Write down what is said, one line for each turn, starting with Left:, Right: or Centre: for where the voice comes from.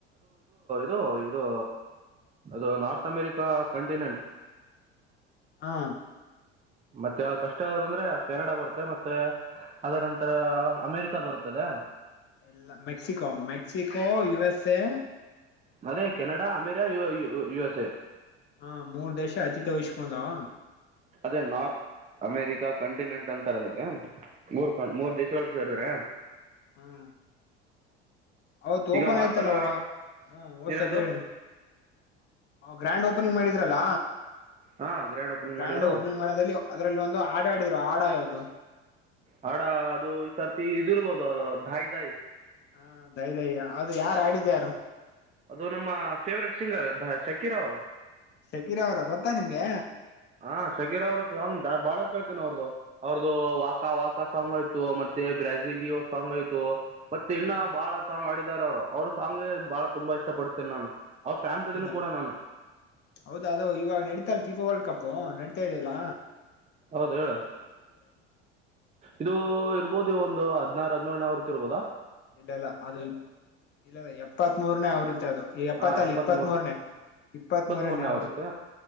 Right: ದೊ ಇದು ಅದು ನಾರ್ತ್ ಅಮೆರಿಕಾ ಕಂಟಿನೆಂಟ್
Left: ಹಾ
Right: ಮತ್ತೆ ಯಾವ್ ಫಸ್ಟ್ ಯಾವದಂದ್ರೆ ಕೆನಡಾ ಬರುತ್ತೆ ಮತ್ತೆ ಅದನಂತರ ಅಮೇರಿಕ ಬರುತ್ತದೆ
Left: ಎಲ್ಲ ಮೆಕ್ಸಿಕೋ ಮೆಕ್ಸಿಕೋ ಯುಎಸ್ ಎ
Right: ಅದೇ ಕೆನಡಾ ಅಮೇರಿಯ ಯ ಯು ಯು ಎಸ್ ಎ
Left: ಹಾ ಮೂರ್ ದೇಶ ಅತಿ <unintelligible> ವಹಿಸ್ಕಂದಾವ
Right: ಅದೇ ನಾರ್ತ್ ಅಮೇರಿಕಾ ಕಂಟಿನೆಂಟ್ ಅಂತಾರೆ ಅದಕ್ಕೆ ಮೂರ್ ಕ ಮೂರ್ ದೇಶಗಳ್ ಜರ್ದ್ರ
Left: ಹ್ಮ ಅವತ್ ಓಪನ್
Right: ಈಗ ವಾತ್ಸಲ
Left: ಆಯ್ತಲ್ಲವ ಹ್ಮ ಹೊಸತಿ
Right: ಏನದು
Left: ಹೇಳಿ ಗ್ರ್ಯಾಂಡ್ ಓಪನಿಂಗ್ ಮಾಡಿದ್ರಲ್ಲ
Right: ಹಾಂ ಗ್ರ್ಯಾಂಡ್ ಓಪನಿಂಗ್
Left: ಬ್ರ್ಯಾಂಡ್
Right: ಮಾಡಿದರು
Left: ಓಪನ್ ಮಾಡೋಲ್ಲಿ ಅದ್ರಲ್ಲಿ ಒಂದು ಆಡ ಆಡಿದ್ರು ಆಡ ಯಾವ್ದು
Right: ಹಡ ಅದು ಈ ಸರ್ತಿ ಇದಿರ್ಬೋದು ಅದು ದಾಯಿ ದಾಯಿ
Left: ಹಾ ದಯ ದಯ್ಯ ಅದು ಯಾರು ಆಡಿದ ಯಾರು
Right: ಅದು ನಮ್ಮ ಫೇವ್ರೇಟ್ ಸಿಂಗರ್ ದ ಶಕಿರ ಅವ್ರು
Left: ಶಕೀರ ಅವರ ಗೊತ್ತಾ ನಿಮ್ಗೆ
Right: ಹಾ ಶಕೀರ್ ಅವ್ರ ಸಾಂಗ್ ಬಾಳ ಕೇಳ್ತೇನ ಅವ್ರದು ಅವ್ರದು ವಾಕಾ ವಾಕ ಸಾಂಗ್ ಆಯ್ತು ಮತ್ ಬ್ರೆಜಿಲಿಯೋ ಸಾಂಗಾಯ್ತು ಮತ್ತೆ ಇನ್ನ
Left: ಹಾ
Right: ಬಾಳ ಸಾಂಗ್ ಆಡಿದಾರ ಅವ್ರು ಅವ್ರ ಸಾಂಗ್ಗೆ ಬಾಳ ತುಂಬಾ ಇಷ್ಟ ಪಡ್ತೇನೆ ನಾನು ಅವ್ರ ಫ್ಯಾನ್ಸ್
Left: ಹೌದಾ
Right: ಇದೀನಿ ಕೂಡ ನಾನು
Left: ಹೌದಾ ಅದು ಇವಾಗ ನಡೀತಲ್ ತಿಫಾ ವರ್ಲ್ಡ್ ಕಪ್ ಓ ನಡತಾ ಇದೆಲ್ಲ
Right: ಹೌದ್ ಹೇಳ ಇದು ಇರ್ಬೋದು ಒಂದು ಅ ಅದ್ನಾರ್ ಅದ್ನೋಲ್ ಅವರ್ತಿ ಇರ್ಬೋದ
Left: ಇಲ್ಲ ಇಲ್ಲ ಅದು ಇಲ್ಲ ಎಪ್ಪತ್ ಮೂರನೇ ಆೃತ್ತಿ ಅದು ಎಪ್ಪತ್ತಲ್ಲಿ
Right: ಹಾಂ ಎಪ್ಪತ್ತ್
Left: ಇಪ್ಪತ್ತ್ ಮೂರನೇ ಇಪ್ಪತ್ತ್ ಮೂೂರನೇ
Right: ಮೂರನೇ
Left: ಅವೃತ್ತ
Right: ಆವೃತ್ತಿ